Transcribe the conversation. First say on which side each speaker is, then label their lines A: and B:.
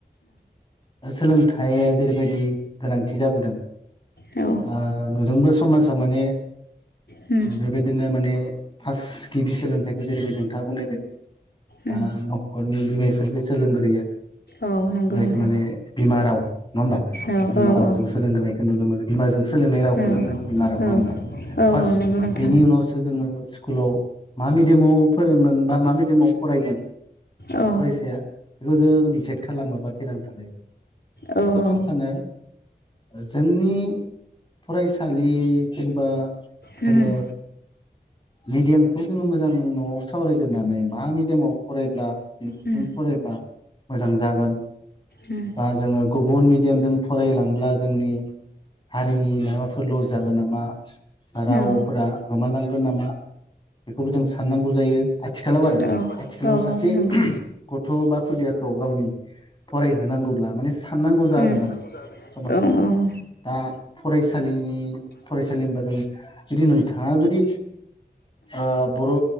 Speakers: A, on the left; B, on the left.
A: सोलोंथाइया जेरैबायदि गोनांथि जाबोदों
B: औ
A: आ <unintelligible> समाजाव माने
B: उम
A: बेबायदिनो माने फास गिबि सोलोंथाइखौ जेरैबायदि नोंथाङा बुंनाय बायदि
B: उम
A: आ नखरनि बिमा बिफानिफ्राय सोलोंग्रोयो
B: औ नंगौ
A: जायखौ
B: नों
A: माने बिमा राव नङा होमबा
B: औ
A: बिमा
B: औ
A: रावखौ
B: औ
A: जों सोलोंग्रोनायखौ नुनो मोनो बिमाजों सोलोंनाय रावखौनो
B: औ
A: बुङो बिमा राव नङा
B: औ
A: होमबा
B: औ
A: फार्स्ट
B: औ नंगौ नोंथां
A: बेनि उनावसो जोङो स्कुलाव मा मिडियामाव फोरोंगोन बा मा मिडियामाव फरायगोन
B: औ
A: फरायसाया बेखौ जों डिसाइद खालामो बा थिरां था लायो
B: औ
A: थेवब्लाबो
B: औ
A: आं सानो जोंनि फरायसालि जेनेबा
B: उम
A: जोङो मिडियामखौ जोङो मोजां न'आव सावरायग्रोनानै मा मिडियामाव फरायब्ला <unintelligible>
B: उम
A: फरायब्ला मोजां जागोन
B: उम
A: बा जोङो गुबुन मेडियामजों फरायलांब्ला जोंनि हारिनि माबाफोर लस जागोन नामा रावफोरा
B: औ
A: गोमालांगोन नामा बेखौबो जों साननांगौ जायो। आथिखालाव आरो
B: औ
A: आथिखालाव
B: औ
A: सासे
B: नंगौ
A: गथ' बा खुदियाखौ गावनि फरायहोनांगौब्ला माने साननांगौ जादों
B: उम
A: आरो समाजाव
B: औ औ उम
A: दा फराय सालिनि फरायसालि होनबा जों जुदि नों थाङा जुदि ओ बर'